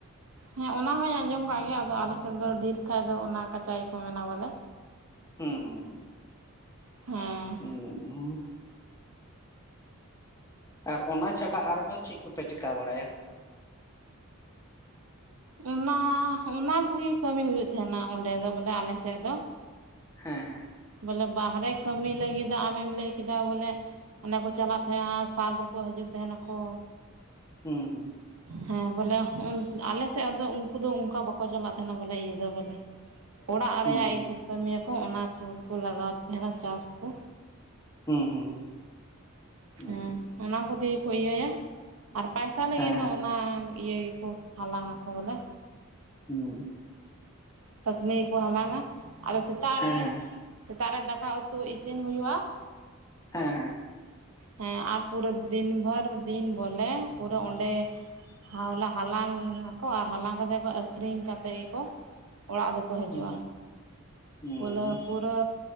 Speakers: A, on the right; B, on the left.
A: ᱦᱮᱸ ᱚᱱᱟ ᱦᱚᱧ ᱟᱸᱡᱚᱢ ᱠᱟᱜ ᱜᱮᱭᱟ ᱟᱫᱚ ᱟᱞᱮᱥᱮᱫ ᱫᱚ ᱰᱷᱮᱨ ᱠᱷᱟ ᱫᱚ ᱚᱱᱟ ᱠᱟᱪᱟ ᱜᱮᱠᱚ ᱢᱮᱱᱟ ᱵᱚᱞᱮ,
B: ᱦᱩᱸ ᱦᱩᱸ ᱦᱩᱸ
A: ᱦᱮᱸ
B: ᱦᱩ ᱟᱨ ᱚᱱᱟ ᱪᱷᱟᱰᱟ ᱟᱨᱦᱚᱸ ᱪᱮᱫ ᱠᱚᱯᱮ ᱪᱤᱠᱟᱹ ᱵᱟᱲᱟᱭᱟ,
A: ᱚᱱᱟ ᱚᱱᱟ ᱠᱚᱜᱮ ᱠᱟᱹᱢᱤ ᱦᱩᱭᱩᱜ ᱛᱟᱦᱮᱱᱟ ᱚᱸᱰᱮ ᱫᱚ ᱵᱚᱞᱮ ᱟᱞᱮᱥᱮᱫ ᱫᱚ,
B: ᱦᱮᱸ ᱦᱮᱸ
A: ᱵᱚᱞᱮ ᱵᱟᱦᱨᱮ ᱠᱟᱹᱢᱤ ᱞᱟᱹᱜᱤᱫ ᱫᱚ ᱟᱢᱮᱢ ᱞᱟᱹᱭ ᱠᱮᱫᱟ ᱵᱚᱞᱮ ᱚᱱᱮ ᱠᱚ ᱪᱟᱞᱟᱜ ᱛᱟᱦᱮᱸᱱᱟ ᱥᱟᱞ ᱨᱮᱠᱚ ᱦᱤᱡᱩᱜ ᱛᱟᱦᱮᱸᱱᱟᱠᱚ,
B: ᱦᱩᱸ ᱦᱩᱸ
A: ᱦᱮᱸ ᱵᱚᱞᱮ ᱟᱞᱮᱥᱮᱫ ᱫᱚ ᱩᱱᱠᱩ ᱫᱚ ᱩᱱ ᱚᱱᱠᱟ ᱵᱟᱠᱚ ᱪᱟᱞᱟᱜ ᱛᱟᱦᱮᱱᱟ ᱵᱚᱞᱮ ᱤᱭᱟᱹ ᱫᱚ ᱵᱚᱞᱮ ᱚᱲᱟᱜ
B: ᱦᱩᱸ
A: ᱨᱮᱭᱟᱜ ᱜᱮᱠᱚ ᱠᱟᱹᱢᱤᱭᱟᱠᱚ ᱚᱱᱟ ᱠᱚᱠᱚ ᱞᱟᱜᱟᱣ ᱛᱟᱦᱮᱱᱟ ᱪᱟᱥ ᱠᱚ,
B: ᱦᱩᱸ ᱦᱩᱸ ᱦᱩᱸ
A: ᱦᱮᱸ ᱚᱱᱟ ᱠᱚᱛᱮ ᱜᱮ ᱠᱚ ᱤᱭᱟᱹᱭᱟ ᱟᱨ ᱯᱟᱭᱥᱟ ᱞᱟᱹᱜᱤᱫ
B: ᱦᱮᱸ
A: ᱫᱚ
B: ᱦᱮᱸ
A: ᱚᱱᱟ ᱤᱭᱟᱹ ᱜᱮᱠᱚ ᱦᱟᱞᱟ ᱝᱟᱠᱚ ᱵᱚᱞᱮ᱾
B: ᱦᱩᱸ᱾
A: ᱯᱷᱟᱹᱠᱱᱤ ᱜᱮ ᱠᱚ ᱦᱟᱞᱟᱝᱟ ᱟᱫᱚ ᱥᱮᱛᱟᱜ
B: ᱦᱮᱸ
A: ᱨᱮ
B: ᱦᱮᱸ
A: ᱥᱮᱛᱟᱜ ᱨᱮ ᱫᱟᱠᱟ ᱩᱛᱩ ᱤᱥᱤᱱ ᱦᱩᱭᱩᱜ-ᱟ᱾
B: ᱦᱮᱸ ᱦᱮᱸ᱾
A: ᱦᱮᱸ ᱟᱨ ᱯᱩᱨᱟᱹ ᱫᱤᱱ ᱵᱷᱚᱨ ᱫᱤᱱ ᱵᱚᱞᱮ ᱯᱩᱨᱟᱹ ᱚᱸᱰᱮᱼᱼ ᱦᱟᱣᱞᱟ ᱦᱟᱞᱟ ᱝᱟᱠᱚ ᱟᱨ ᱦᱟᱞᱟᱝ ᱠᱟᱛᱮᱜ ᱠᱚ ᱟᱹᱠᱷᱨᱤᱧ ᱠᱟᱛᱮᱜ ᱜᱮᱠᱚᱼᱼ ᱚᱲᱟᱜ ᱫᱚᱠᱚ ᱦᱟᱹᱡᱩᱜ-ᱟ
B: ᱦᱩᱸ ᱦᱩᱸ
A: ᱯᱚᱞᱟᱹ ᱯᱩᱨᱟᱹᱼᱼ